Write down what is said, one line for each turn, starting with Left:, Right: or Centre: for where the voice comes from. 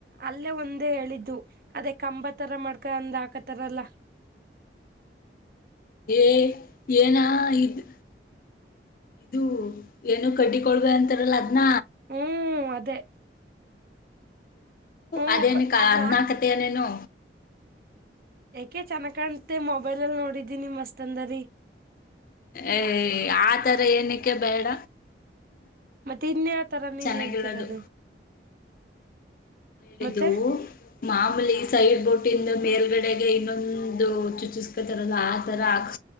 Right: ಅಲ್ಲೇ ಒಂದೇ ಹೇಳಿದ್ದು ಅದೇ ಕಂಬ ತರ ಮ್ಕ ಅಂದ್ರ ಹಾಕತಾರಲ್ಲ ಹ
Left: ಏ ಏನಾ ಇದು ಇದು ಏನು ಕಡ್ಡಿ ಕೊಳ್ಬೇಕ ಅಂತಾರಲ್ಲ ಅದ್ನ
Right: ಹ್ಮ್ ಅದೇ ಹ್ಮ್
Left: ಅದೇನ
Right: ಅದ್ನ
Left: ಹದ್ನಾಕತ್ತ ನೇನು
Right: ಯಾಕೆ ಚೆನ್ನ ಕಾಣ್ತೆ ಮೊಬೈಲ್ ಅಲ್ ನೋಡಿದ್ದಿ ನಿ ಮಸ್ತ್ ಅಂದರಿ
Left: ಏ ಆ ತರ ಏನಕ್ಕೆ ಬೇಡ
Right: ಮತ್ತೆ ಇನ್ನೇ ಆ ತರ ನೀನ್
Left: ಚೆನ್ನಾಗಿಲ್ಲದು.
Right: ಹೇಳ್ತಿರೋದು
Left: ಹೇಳಿದು
Right: ಮತ್ತೆ
Left: ಮಾಮೂಲಿ ಸೈಡ್ ಬೋಟ ಇಂದ ಮೇಲ್ಗಡೆಗೆ ಇನ್ನೊಂದು ಚುಚಿಸಸ್ಕೊತರಲ್ಲ ಆ ತರ ಹಕ್